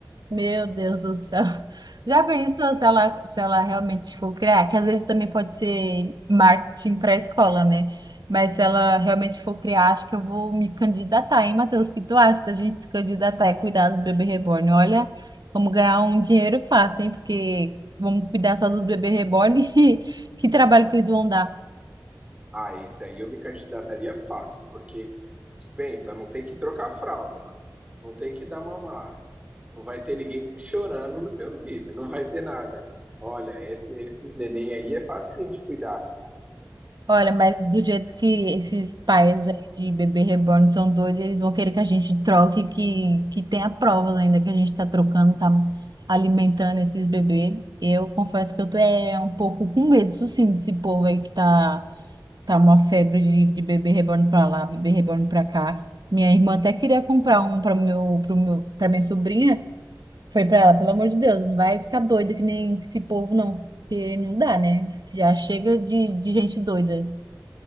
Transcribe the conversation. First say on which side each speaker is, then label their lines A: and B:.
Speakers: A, on the right; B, on the right.
A: Meu Deus do céu. <laughs> Já pensou se ela, se ela realmente for criar? Que às vezes também pode ser marketing para a escola, né? Mas se ela realmente for criar, acho que eu vou me candidatar, hein, Matheus? O que tu acha da gente se candidatar e cuidar dos bebês reborn? Olha, vamos ganhar um dinheiro fácil, hein? Porque vamos cuidar só dos bebês reborn <laughs> e que trabalho que eles vão dar.
B: Ah, esse aí eu me candidataria fácil, porque pensa, não tem que trocar fralda, não tem que dar mamar, não vai ter ninguém chorando no teu ouvido, não vai ter nada. Olha, esse, esses neném aí é facinho de cuidar.
A: Olha, mas do jeito que esses pais aí de bebê reborn são doidos, eles vão querer que a gente troque, que, que tenha provas ainda que a gente tá trocando, tá alimentando esses bebês. Eu confesso que eu tô é, um pouco com medo, isso sim, desse povo aí que tá, tá uma febre de, de bebê reborn pra lá, bebê reborn pra cá. Minha irmã até queria comprar um pra meu, pro meu, pra minha sobrinha. Foi pra ela, pelo amor de Deus, não vai ficar doida que nem esse povo, não. Porque não dá, né? Já chega de, de gente doida.